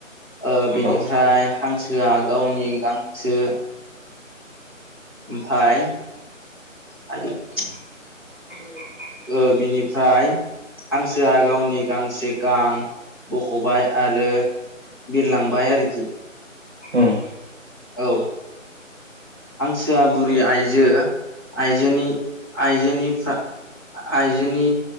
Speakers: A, on the left (about 15°); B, on the right (about 35°).
A: ओ बेनिफ्राय
B: औ
A: हांसोआ गावनि गांखोसो ओमफाय <unintelligible>
B: <inaudible>
A: ओ बिनिफ्राय हांसोआ गावनि गांसे गां बख'बाय आरो बिरलांबाय आरोखि
B: उम।
A: औ हांसोआ बुरि आइजो आइजोनि आइजोनि आइजोनि